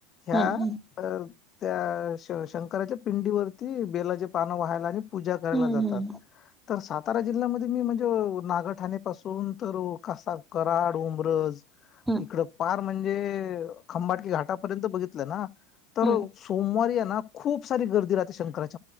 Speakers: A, on the left (about 35°); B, in the centre.
A: ह्या
B: हम्म हम्म
A: अ त्या श शंकराच्या पिंडीवरती बेलाचे पानं व्हायला आणि पूजा द्यायला
B: हम्म
A: जातात.
B: हम्म
A: तर सातारा जिल्ह्यामध्ये मी म्हणजे नागरठाणेपासून तर कसा कराड, उंब्रज.
B: हम्म
A: इकड फार म्हणजे खंबाटकी घाटापर्यंत बघितलं ना तर
B: हम्म
A: सोमवारी ना खूप सारी गर्दी राहते शंकराती.